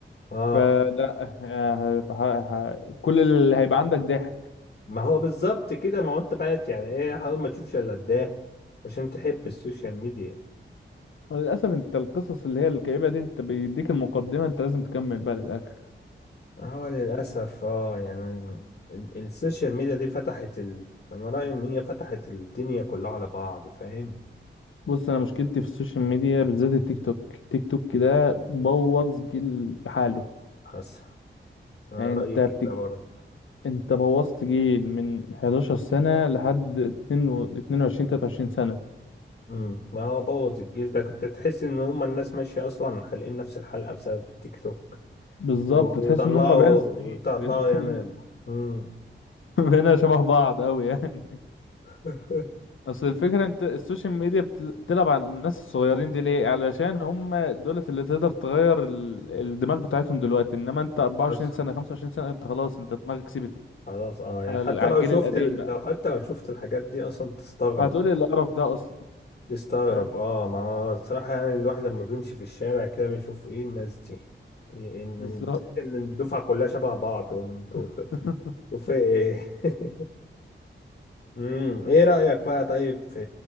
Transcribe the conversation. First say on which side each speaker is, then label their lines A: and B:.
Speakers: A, on the left; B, on the left.
A: اه
B: فلا ه- ه- ه- كل اللي هيبقى عندك ضحك
A: ما هو بالظبط كده ما هو انت بقيت يعني ايه حاول ما تشوفش الا ده عشان تحب السوشيال ميديا
B: للأسف انت القصص اللي هي الكئيبة دي انت بيديك المقدمة انت لازم تكمل بقى للآخر
A: هو للأسف اه يعني ال- السوشيال ميديا دي فتحت ال... أنا رأيي إن هي فتحت الدنيا كلها على بعض فاهم
B: بص انا مشكلتي في السوشيال ميديا بالذات التيك توك التيك توك كده بوظ جيل بحاله
A: حاسس أنا
B: يعني
A: رأيي
B: انت
A: كده
B: بتك...
A: برضه
B: انت بوظت جيل من 11 سنة لحد 22 23 23 سنة
A: امم ما هو بوظ الجيل ده كنت تحس إن هما الناس ماشية أصلا حالقين نفس الحلقة بسبب التيك توك
B: بالظبط
A: و-
B: تحس
A: وطلعوا
B: ان هم بقينا صينيين
A: طلعوا
B: بقينا
A: يعني
B: كلنا
A: امم
B: <laughs> بقينا شبه بعض قوي يعني
A: <laughs>
B: اصل الفكره انت السوشيال ميديا بتل- بتلعب على الناس الصغيرين دي ليه علشان هم دولت اللي تقدر تغير ال- الدماغ بتاعتهم دلوقتي انما انت 24
A: حاسس
B: سنه 25 سنه انت خلاص انت دماغك سيبت
A: خلاص اه يعني
B: على
A: حتى
B: ال- على
A: لو
B: الجيل
A: شفت
B: القديم
A: ال...
B: بقى
A: لو حتى لو شفت الحاجات دي أصلا تستغرب
B: هتقولي القرف ده اصلا
A: تستغرب
B: فاهم
A: اه ما الصراحة يعني الواحد لما بيمشي في الشارع كده بيشوف ايه الناس دي إيه- ان
B: بالظبط
A: تحس ان الدفعة كلها شبه بعض وانتوا
B: <laughs>
A: في ايه <laughs> امم ايه رأيك بقى طيب في